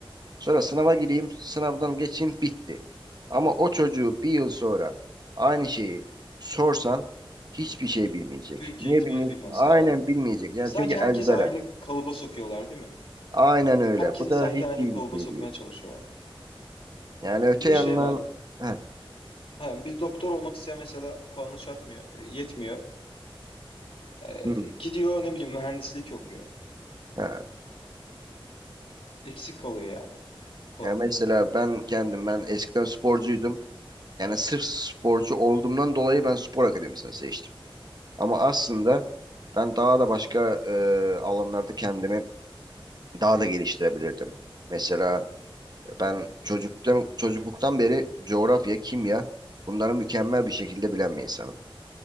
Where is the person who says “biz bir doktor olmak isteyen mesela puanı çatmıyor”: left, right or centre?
Left